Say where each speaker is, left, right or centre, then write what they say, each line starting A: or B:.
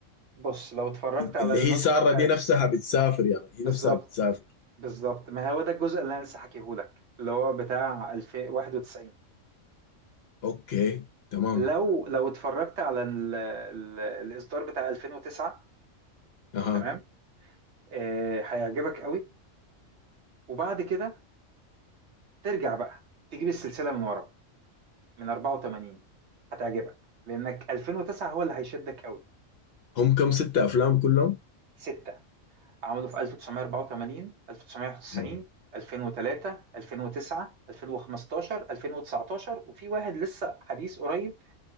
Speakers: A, on the right; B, on the left.
A: بص لو اتفرجت على
B: اللي
A: النسخة
B: هي سارة
A: بتاعت
B: دي نفسها بتسافر يعني هي نفسها
A: بالظبط
B: بتسافر
A: بالظبط ما هو ده الجزء اللي انا لسه حكيهولك اللي هو بتاع 2091
B: اوكي تمام
A: لو لو اتفرجت على ال ال الاصدار بتاع 2009
B: اها
A: تمام آه هيعجبك قوي وبعد كده ترجع بقى تجيب السلسله من ورا من 84 هتعجبك لانك 2009 هو اللي هيشدك قوي
B: هم كم ستة افلام كلهم
A: سته عملوا في 1984 1991
B: مم.
A: 2003 2009 2015 2019 وفي واحد لسه حديث قريب